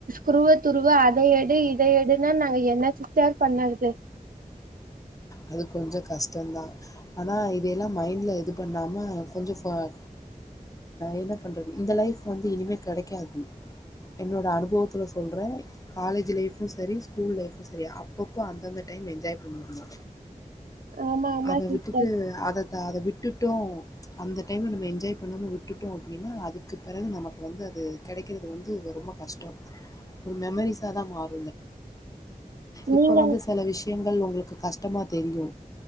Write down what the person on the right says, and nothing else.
குருவ துருவு அத எடு இத எடுன்னா நாங்க என்ன சிஸ்டர் பண்ணறது
ஆமா ஆமா
சிஸ்டர்
நீங்க